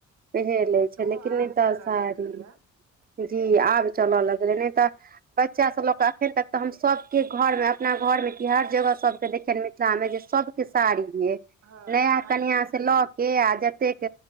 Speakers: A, on the right (about 30°); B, on the right (about 55°).
A: पेहेर लै छै
B: सेहो
A: लेकिन
B: आब
A: नहि तऽ
B: चलऽ
A: साड़ी,
B: लगलैया
A: जी आब चलऽ लगलै नहि तऽ बच्चा सब लोग कऽ अखीन तक तऽ हम सबके घर में अपना घर में कि हर जगह सबके देखियनि मिथिलामे जे सब, साड़ीये।
B: हँ
A: नया
B: साड़ी
A: कनिया
B: के
A: से लऽ के आ जतेक,